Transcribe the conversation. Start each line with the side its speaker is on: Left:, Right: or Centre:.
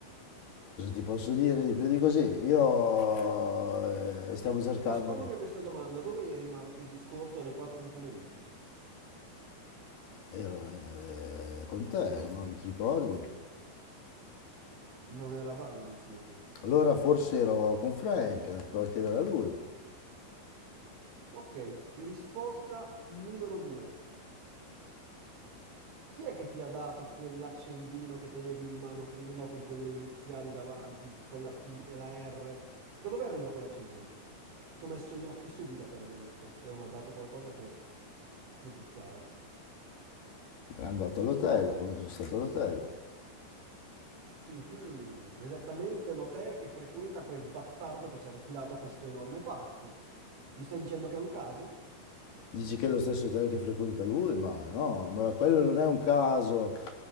Left: cosa ti posso dire di più di così? Io eh, stiamo cercando,
Right: Rispondimi a questa domanda, dove eri martedì scorso alle 4 di pomeriggio?
Left: ero eh, con te, non ti ricordi?
Right: Non eravamo insieme.
Left: Allora forse ero con Frank, provo a chiedere a lui.
Right: Ok, risposta numero due. Chi è che ti ha dato quell'accendino che tenevi in mano prima con quelle iniziali davanti, con la P e la R? Da dove arriva quell'accendino? Ci ho messo gli occhi subito appena l'ho visto e ho nasato qualcosa che mi puzzava.
Left: Era andato all'hotel, quando sono stato all'hotel.
Right: Mhm, Esattamente l'hotel che frequenta quel bastardo che ci ha rifilato questo enorme pacco. Mi stai dicendo che è un caso?
Left: Dici che è lo stesso hotel che frequenta lui? Ma no, ma quello non è un caso.